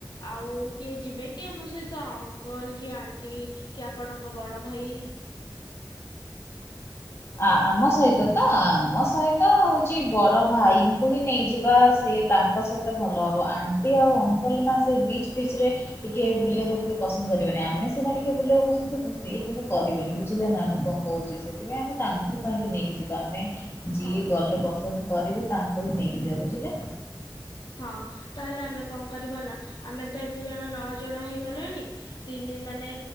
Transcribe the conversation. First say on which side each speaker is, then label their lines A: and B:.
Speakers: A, on the left; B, on the left.
A: ଆଉ କିଏ ଯିବେକି ଆମ ସହିତ ଅଙ୍କଲ କି ଆଣ୍ଟି କି ଆପଣଙ୍କ ବଡ଼ ଭାଇ <inaudible>
B: ଆ ଆମ ସହିତତ ଆମ ସହିତ ହଉଚି ବଡ଼ ଭାଇଙ୍କୁ ହିଁ ନେଇଯିବା ସେ ତାଙ୍କ ସହିତ ଭଲ ହବ ଆଣ୍ଟି ଆଉ ଅଙ୍କଲନା ସେ ବିଚ୍ ଫିଚ୍ରେ ଟିକେ ବୁଲିବାକୁ ଟିକେ ପସନ୍ଦ କରିବେନି ଆମେ ସେନା ଟିକେ ବୁଲିବାକୁ ପସନ୍ଦ କରୁଚୁ ସିଏ କିନ୍ତୁ କରିବେନି ବୁଝିଲେନା ମୁଁ କଣ କ ସେଥିପାଇଁ ଆମେ ତାଙ୍କୁ କାହିଁକି ନେଇକି ଯିବା ଆମେ
A: ହଉ
B: ଯିଏ ଗଲେ ପସନ୍ଦ କରିବେ ତାଙ୍କୁହିଁ ନେଇକି ଯିବା ବୁଝିଲେ।
A: ହଁ ତାହେଲେ ଆମେ କଣ କରିବାନା ଆମେତ ଏତେ ଜଣ ନଅ ଜଣ ହେଇଗଲେଣି ତିନି ମାନେ